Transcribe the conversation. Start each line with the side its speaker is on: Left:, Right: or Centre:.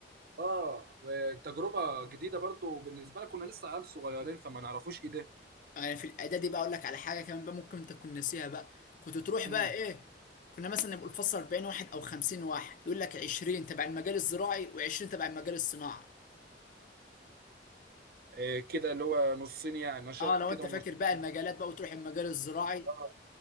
Right: اه وتجربه جديده برضو بالنسبه لنا كنا لسه عيال صغيرين فما نعرفوش ايه ده
Left: يعني في الاعدادي بقى اقول لك على حاجه كمان بقى ممكن انت تكون ناسيها بقى كنت تروح
Right: امم
Left: بقى ايه كنا مثلا نبقى الفصل 40 واحد او 50 واحد يقول لك 20 تبع المجال الزراعي و20 تبع المجال الصناعي
Right: آه كده اللي هو نصين يعني نشاط
Left: اه لو
Right: وكده
Left: انت
Right: ونشاط
Left: فاكر بقى
Right: كده.
Left: المجالات بقى وتروح المجال الزراعي
Right: آه.